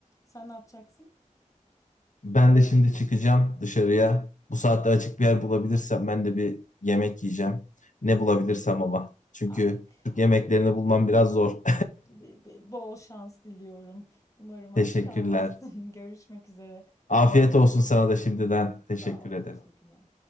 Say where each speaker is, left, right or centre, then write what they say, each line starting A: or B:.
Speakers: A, on the left (about 25°); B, on the left (about 70°).
A: Sen ne yapacaksın?
B: Ben de şimdi çıkacağım dışarıya. Bu saatte açık bir yer bulabilirsem ben de bir yemek yiyeceğim. Ne bulabilirsem ama. Çünkü
A: Artık
B: Türk yemeklerini bulmam biraz zor.
A: bi- bi- bol şans diliyorum. Umarım aç
B: <laughs> Teşekkürler.
A: kalmazsın. <laughs> Görüşmek üzere.
B: Afiyet olsun sana da şimdiden.
A: Sağ
B: Teşekkür
A: ol,
B: ederim.
A: teşekkürler.